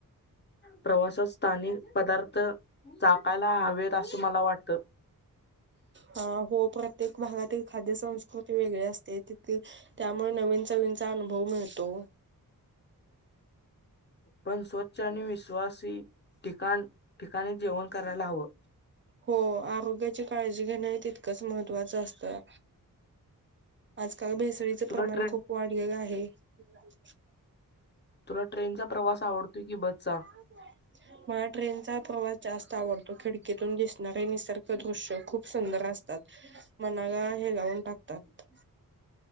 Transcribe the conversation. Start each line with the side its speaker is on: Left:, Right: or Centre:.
Left: प्रवासात स्थानिक पदार्थ चाकायला हवेत असं मला वाटतं.
Right: हा हो प्रत्येक भागातील खाद्य संस्कृती वेगळी असते. तिथे त्यामुळे नवीन चवीनचा अनुभव मिळतो.
Left: पण स्वच्छ आणि विश्वासी ठिकाण ठिकाणी जेवण करायला हवं.
Right: हो आरोग्याची काळजी घेणं हे तितकंच महत्त्वाचं असतं. आजकाल भेसळीच
Left: तुला
Right: प्रमाण
Left: ट्रेन
Right: खूप वाढलेलं आहे. <unintelligible>
Left: तुला ट्रेनचा प्रवास आवडतोय की बसचा?
Right: <unintelligible> मला ट्रेनचा प्रवास जास्त आवडतो, खिडकीतून दिसणारे निसर्ग दृश्य खूप सुंदर असतात. मनाला हेलावून टाकतात.